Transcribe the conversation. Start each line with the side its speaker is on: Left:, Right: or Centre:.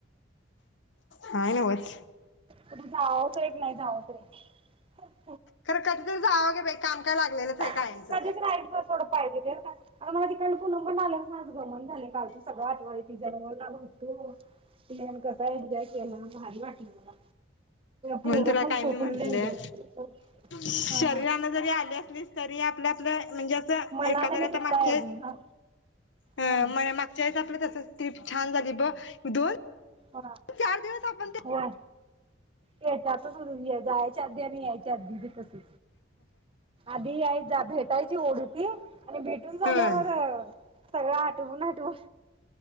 Left: काय न्हवतं,
Right: कुठं जावावं, तर एक नाही जाव तरी
Left: खरं कधीतरी जावावं की बाई, काम काय? लागलेलंच आहे कायमचंच
Right: <inaudible> कधीच नाही ब सोडतं. पाहिजे ग आता आता मला तिकड पुनमकडंन आल्याबसंन आज गमण झालंय. कालच सगळं आठवाय लागलयं तिच्या घरात होतो. प्लॉन कसा एनजॉय केला भारी वाटलं मला. पोरं
Left: म्हणुन तुला
Right: पण
Left: काय मी म्हंटलं,
Right: फुल एन्जॉय केली सोड
Left: शरीरान
Right: हा
Left: जरी आली असलीस तरी आपल्यातलं म्हणजे अस
Right: मनाला
Left: एखाद्या
Right: मी
Left: आता
Right: तिथं
Left: मागच्यावेळी
Right: आहे अजून हा
Left: <unintelligible> हं
Right: हा
Left: मागच्यावेळीस आपलं तस ट्रीप छान झाली. बघ दोन
Right: हा
Left: चार दिवस आपण ते
Right: होय, तेच्यातच जायच्या आधी, आणि यायच्या आधी, भी तसच आधी या भेटायची ओढ होती. आणि भेटून झाल्यावर
Left: होय
Right: सगळं, आठवून आठवून